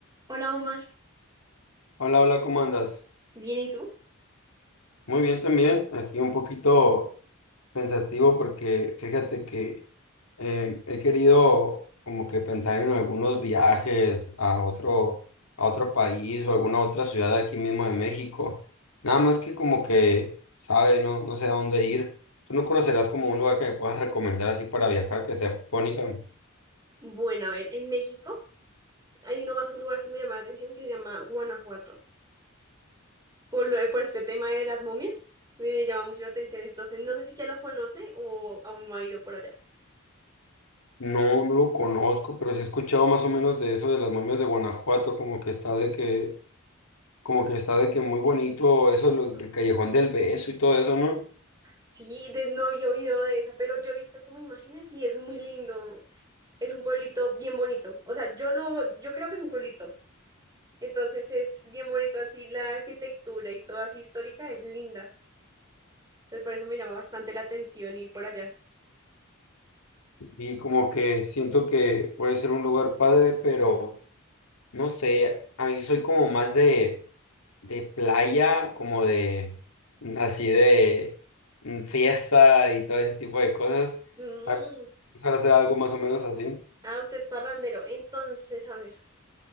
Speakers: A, on the right; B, on the left.
A: Hola Omar,
B: Hola, hola, ¿cómo andas?
A: ¿bien y tú?
B: Muy bien también, aquí un poquito pensativo porque fíjate que eh, he querido como que pensar en algunos viajes a otro, a otro país o alguna otra ciudad aquí mismo de México. Nada más que como que, sabe, no, no sé a dónde ir. ¿Tú no conocerás como un lugar que me puedas recomendar así para viajar que esté bonito?
A: Bueno, a ver, en México hay nomás un lugar que me llama la atención que se llama Guanajuato. Por lo, por este tema de las momias, me llama mucho la atención, entonces no sé si ya lo conoce o aún no ha ido por allá.
B: No, no lo conozco, pero sí he escuchado más o menos de eso de las momias de Guanajuato, como que está de que como que está de que muy bonito eso lo- del
A: Ujú.
B: Callejón del Beso y todo eso, ¿no?
A: Sí, de, no había oído de esa, pero yo he visto como imágenes y es muy lindo. Es un pueblito bien bonito. O sea, yo lo, yo creo que es un pueblito. Entonces es bien bonito así la arquitectura y todo así histórica es linda. Entonces por eso me llama bastante la atención ir por allá.
B: Y como que siento que puede ser un lugar padre, pero no sé, a mí soy como más de, de playa, como de mm, así
A: Sí.
B: de mm, fiesta y todo ese tipo de cosas.
A: Mm.
B: Ah, Ojalá sea algo más o menos así.
A: Ah, usted es parrandero. Entonces, a ver,